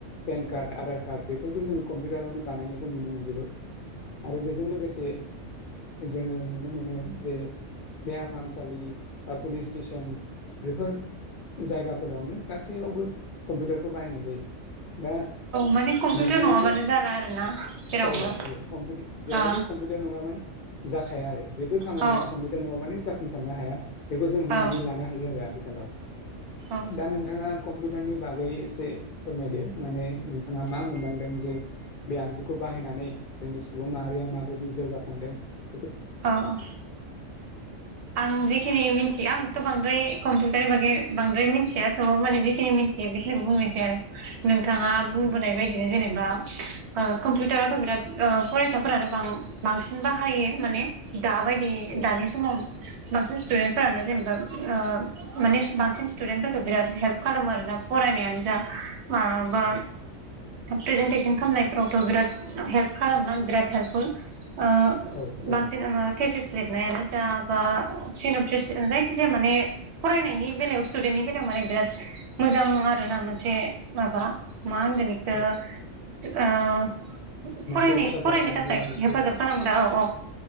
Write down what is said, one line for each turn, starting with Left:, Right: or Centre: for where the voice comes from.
Left: पेन कार्ड आधार कार्ड बेफोरखौ जोङो कमपिउटारावनो बानायनायखौ नुनो मोनजोबो। आरो बेजों लोगोसे जोङो नुनो मोनो जे देहा फामसालि बा पुलिस स्टेसन बेफोर जायगाफोरावनो गासैयावबो कम्पिउटारखौ बाहायनाय जायो दा नोंथाङाबो
Right: माने कम्पिउटार नङाबानो जाला आरोना जेरावबो
Left: औ औ कम्पिउटार जेरावबो
Right: औ
Left: कम्पिउटार नङाबानो जाखाया आरो जेबो खामानिया
Right: औ
Left: कम्पिउटार नङाबानो जाफुंसारनो हाया बेखौ जों बुंनानै
Right: औ
Left: लानो हायो आरो आथिखालाव
Right: औ
Left: दा नोंथाङा कम्पिउटारनि बागै एसे फोरमायदो माने नोंथाङा मा मोनदांदों जे बे आगजुखौ बाहायनानै जोंनि सुबुं माहारिया माबायदि जौगाखां मोनदों।
Right: औ आं जेखिनि मिथि आंथ' बांद्राय कम्पिउटारनि बागै बांद्राय मिथिया थेवब्लाबो माने जिखिनि मिन्थियो बेखिनिखौ बुंनोसै आरो नोंथाङा बुंबोनाय
Left: औ
Right: बायदिनो जेनेबा ओ कम्पिउटारावथ' बिराद ओ फरायसाफोरानो बां-बांसिन बाहायो माने दाबायदि
Left: औ
Right: दानि समाव बांसिन स्थुदेन्टफोरानो जेनेबा ओ माने बांसिन स्टुदेन्ट फोरखौ बिराद हेल्प खालामो आरोना फरायनायानो जा माबा
Left: औ
Right: प्रेजेेनटेसन खालामनायफोरावथ' बिराद हेल्प खालामना बिराद हेल्पफुल। ओ
Left: औ औ
Right: बां जोङो टेसिस्ट लिरनायानो बा जायखिजाया माने फरायनायनि बेलायाव स्टुदेन्टनि बेलायाव माने बिराद मोजां आरोना मोनसे माबा मा होनगोन इखो।
Left: औ
Right: आ
Left: मोनसे
Right: फरायनाइ
Left: हेफाजाब
Right: फरायनो
Left: खालामग्रा
Right: थाखाय
Left: मोनसे
Right: हेफाजाब खालामग्रा औ औ।